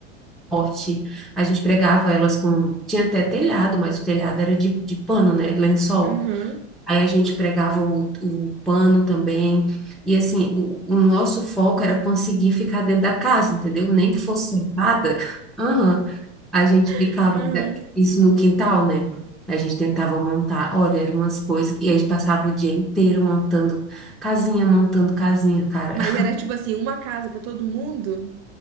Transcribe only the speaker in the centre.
corte, a gente pregava elas com. Tinha até telhado, mas o telhado era de, de pano, né? Lençol.
Aí a gente pregava o, o pano também. E assim, o, o nosso foco era conseguir ficar dentro da casa, entendeu? Nem que fosse sentada. <laughs> Aham. A gente ficava
da- isso no quintal, né? A gente tentava montar. Olha, eram umas coisas que a gente passava o dia inteiro montando casinha, montando casinha, cara.
<laughs>